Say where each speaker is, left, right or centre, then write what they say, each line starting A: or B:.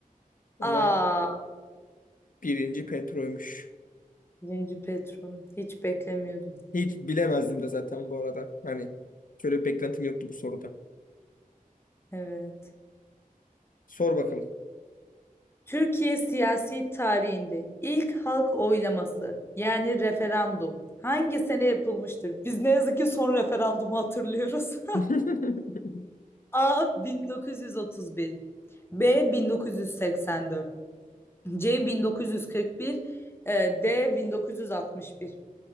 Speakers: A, on the left (about 65°); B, on the left (about 15°).
A: Ama
B: Aa,
A: birinci Petro'ymuş.
B: birinci Petrum. Hiç beklemiyordum.
A: Hiç bilemezdim de zaten bu arada. Hani şöyle bir beklentim yoktu bu soruda.
B: Evet.
A: Sor bakalım.
B: Türkiye siyasi tarihinde ilk halk oylaması yani referandum hangi sene yapılmıştır? Biz ne yazık ki son referandumu hatırlıyoruz. <laughs>
A: <laughs>
B: A 1931, B 1984, C 1941, e, D 1961.